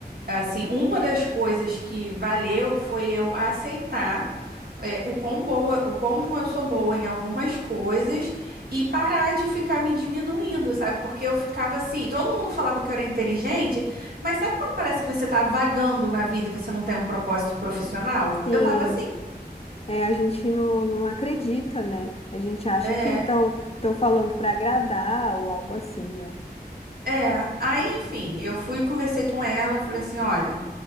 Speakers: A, on the right; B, on the left.
A: assim, uma das coisas que valeu foi eu aceitar é, o quão boa, o quão eu sou boa em algumas coisas e parar de ficar me diminuindo, sabe? Porque eu ficava assim, todo mundo falava que eu era inteligente, mas sabe quando parece que você tá vagando na vida e você não tem um propósito profissional?
B: Sim,
A: Eu tava assim.
B: é, a gente não, não acredita, né? A gente acha
A: É.
B: que estão estão falando para agradar ou algo assim, né?
A: É, aí, enfim, eu fui e conversei com ela, falei assim, olha,